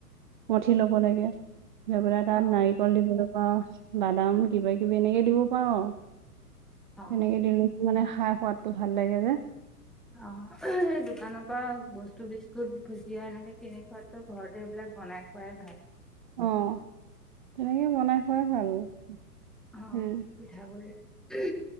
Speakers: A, on the right; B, in the centre.
A: মঠি ল'ব লাগে। লৈ পেলাই
B: অ',
A: তাত, নাৰি- কল দিবলৈ পাওঁ, বাদাম কিবা কিবি এনেকে দিব পাওঁ আও। তেনেকে
B: অ'।
A: দিলে, মানে খাই সোৱাদটো ভাল লাগে যে।
B: অঁ' দোকানৰ পৰা বস্তু বিছকুট, ভুজিয়া একেনে কিনি খোৱাতকৈ- ঘৰতে, এইবিলাক বনাই খোৱাই ভাল।
A: অঁ' তেনেকে বনাই খুৱাই ভাল। উম'।
B: অ পিঠাগুৰি-